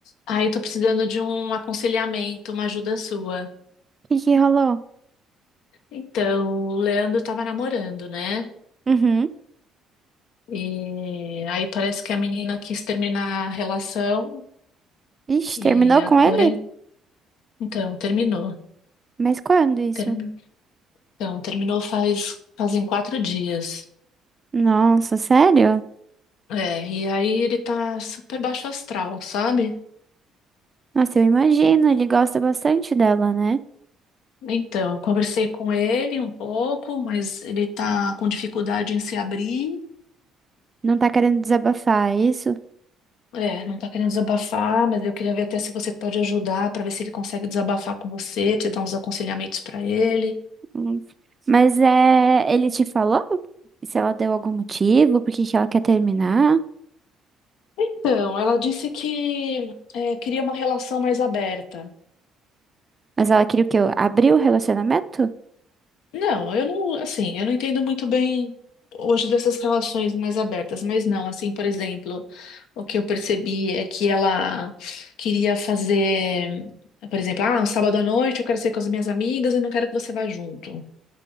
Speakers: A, on the left; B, on the right.
A: Ah, eu tô precisando de um aconselhamento, uma ajuda sua.
B: O que que rolou?
A: Então, o Leandro tava namorando, né?
B: Uhum.
A: E aí parece que a menina quis terminar a relação
B: Ixi,
A: e
B: terminou
A: agora
B: com ele?
A: ele, então, terminou.
B: Mas quando isso?
A: Termi- Então, terminou faz fazem quatro dias.
B: Nossa, sério?
A: É, e aí ele tá super baixo astral, sabe?
B: Nossa, eu imagino, ele gosta bastante dela, né?
A: Então, eu conversei com ele um pouco, mas ele tá com dificuldade em se abrir.
B: Não tá querendo desabafar é isso?
A: É, não tá querendo desabafar, mas eu queria ver até se você pode ajudar para ver se ele consegue desabafar com você, te dar uns aconselhamentos para ele.
B: Hum. Mas é, ele te falou se ela deu algum motivo, por que que ela quer terminar?
A: Então, ela disse que é, queria uma relação mais aberta.
B: Mas ela queria o quê? Abrir o relacionamento?
A: Não, eu não, assim, eu não entendo muito bem hoje dessas relações mais abertas, mas não, assim, por exemplo, o que eu percebi é que ela queria fazer, por exemplo, ah, um sábado à noite eu quero sair com as minhas amigas e não quero que você vá junto.